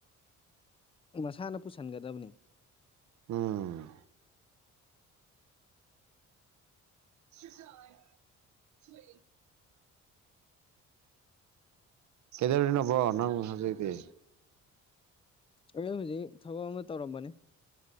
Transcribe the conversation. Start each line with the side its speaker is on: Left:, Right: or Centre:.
Left: ꯃꯁꯥꯅ ꯄꯨꯁꯤꯟꯒꯗꯕꯅꯤ
Right: ꯎꯝ ꯁꯁ ꯁꯋꯦ ꯀꯩꯗꯧꯔꯤꯅꯣ ꯕꯣ ꯍꯧꯖꯤꯛꯇꯤ
Left: ꯑꯦꯖ ꯍꯧꯖꯤꯛ ꯊꯕꯛ ꯑꯃ ꯇꯧꯔꯝꯕꯅꯤ